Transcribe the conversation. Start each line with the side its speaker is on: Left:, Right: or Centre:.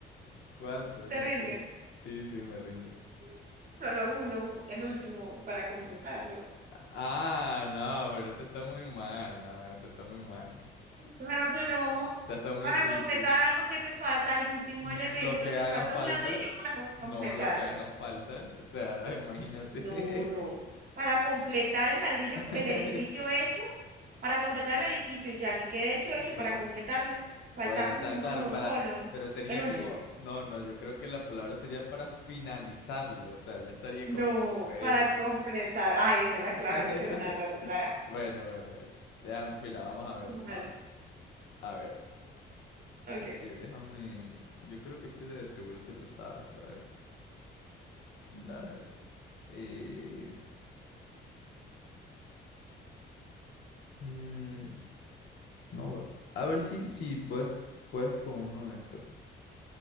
Left: ¿Cuánto?
Right: te
Left: No
Right: rindes.
Left: sé. Sí, sí, me rindo.
Right: Solo uno, el último, para completarlo.
Left: Ah, no, pero eso está muy mal. No, eso está muy mal.
Right: Claro que no.
Left: Ya está muy
Right: Para
Left: tricky.
Right: completar algo que te falta, el último
Left: Mm,
Right: elemento,
Left: Los que hagan
Right: te falta
Left: falta,
Right: un ladrillo para co-
Left: no
Right: completar.
Left: los que hagan falta, o sea, imagínate.
Right: No, no. Para completar el ladrillo,
Left: <laughs>
Right: el edificio hecho, para completar el edificio ya que quede hecho, hecho,
Left: Pero,
Right: para completarlo, falta
Left: bueno,
Right: un-
Left: o sea, claro,
Right: uno
Left: para,
Right: solo,
Left: pero sería
Right: el último.
Left: como, no, no, yo creo que la palabra sería para finalizarlo, o sea, ya estaría
Right: No,
Left: como diferente.
Right: para completar. Ay, esa es la
Left: <laughs>
Right: clave, no te van a dar la... la-
Left: Bueno, bueno, bueno. Deja- mira, vamos a ver,
Right: Vale,
Left: vamos a ver. A ver,
Right: ok.
Left: este, déjame, yo creo que este de seguro te lo sabes, a ver.
Right: Ujú,
Left: A ver, eh... mm, No, a ver si, si puedes, puedes con uno de estos.